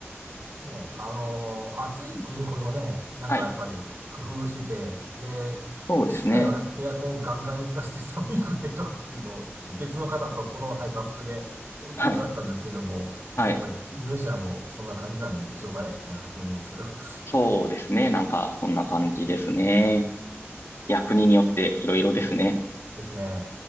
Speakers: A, on the right; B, on the left.
A: ね、あのー暑い国ほどね、なんかやっぱり工夫してて、
B: はい。
A: で、
B: そうですね。
A: 室内はエアコンガンガンに効かして寒いくらいとかっていうのを、ちょっと別の方とこの、はい、タスクでう伺ったんですけども、
B: はい。はい。
A: やっぱりインドネシアもそんな感じなんでしょうかね。なんか勝手なイメージですけど。<laughs>
B: そうですね。なんか、そんな感じですね。いや、国によっていろいろですね。
A: ですね。